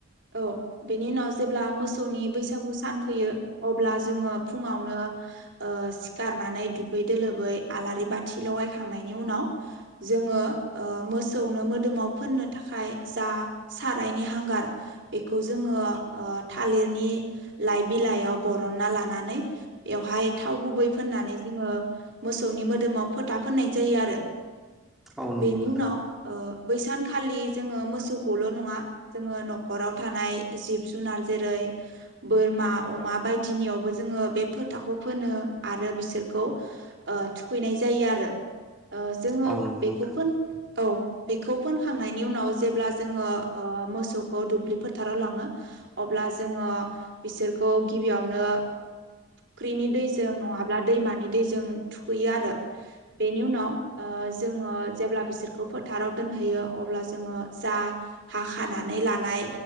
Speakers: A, on the right; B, in the centre.
A: औ बेनि उनाव जेब्ला मोसौनि बैसागु सान फैयो अब्ला जोङो फुङावनो ओ सिखारनानै दुगै दुलोबै आलारि बाथि लगायखांनायनि उनाव जोङो ओ मोसौनो मोदोमाव फोननो था खाय जा साराइनि हांगार बेखौ जोङो ओ थालिरनि लाइ बिलाइयाव बरनना लानानै बेवहाय थाव गुबै फोननानै जोङो मोसौनि मोदोमाव फोथा फोननाय जायो आरो
B: औ नंगौ
A: बेनि
B: नोंथां
A: उनाव ओ बैसानखालि जोंङो मोसौखौल' नंङा जोंङो न नखराव थानाय जिब जुनार जेरै बोरमा अमा बायदिनियावबो जोंङो बे फोथाखौ फोननो आरो बिसोरखौ ओ थुखैनाय जायो ओ आरो जोंङो
B: औ नंगौ
A: बेखौ
B: नोंथां
A: फोन औ बेखौ फोनखांनायनि उनाव जेब्ला जोंङो मोसौ मोसौखौ दुब्लि फोथाराव लांङो अब्ला जोंङो बिसोरखौ गिबियावनो फुख्रिनि दैजों नझङाब्ला दैमानि दैजों थुखैयो आरो बेनि उनाव ओ जोंङो जेब्ला बिसोरखौ फोनो फोथाराव दोनहैयो अब्ला जोंङो जा हाखानानै लानाय